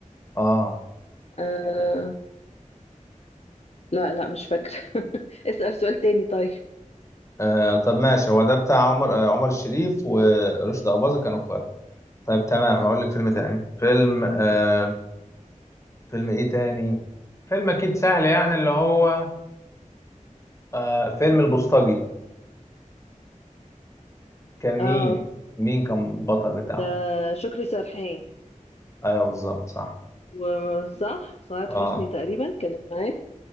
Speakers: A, on the left; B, on the left.
A: اه,
B: آه، لا لا مش فاكرة <laughs> اسأل سؤال تاني طيب
A: آه طب ماشي هو ده بتاع عمر آه عمر الشريف ورشدي اباظة كانوا اخوات طيب تمام هقول لك فيلم تاني فيلم آه فيلم ايه تاني فيلم اكيد سهل يعني اللي هو آه فيلم البوسطجي كان مين
B: اه
A: مين كان بطل بتاعه
B: ده شكري سرحان
A: ايوه بالظبط صح
B: وصح سعاد
A: اه
B: حسني تقريبا كانت معاه